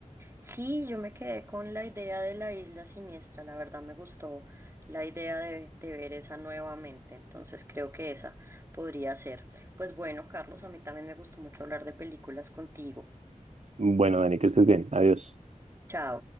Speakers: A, on the right; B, on the right.
A: Sí, yo me quedé con la idea de la isla siniestra, la verdad me gustó la idea de, de ver esa nuevamente, entonces creo que esa podría ser. Pues bueno, Carlos, a mí también me gustó mucho hablar de películas contigo.
B: Bueno, Dani, que estés bien. Adiós.
A: Chao.